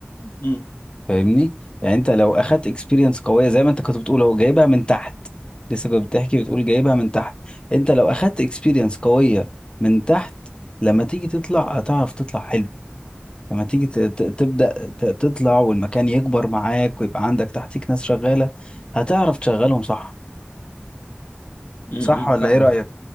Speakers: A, on the left (about 65°); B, on the left (about 25°).
A: امم
B: فاهمني يعني انت لو اخدت اكسبيرينس قويه زي ما انت كنت بتقول هو جايبها من تحت لسه كنت بتحكي بتقول جايبها من تحت انت لو اخدت اكسبيرينس قويه من تحت لما تيجي تطلع هتعرف تطلع حلو لما تيجي ت- ت- تبدأ ت- تطلع والمكان يكبر معاك ويبقى عندك تحتيك ناس شغالة هتعرف تشغلهم صح
A: امم
B: صح ولا
A: فاهم
B: ايه رأيك؟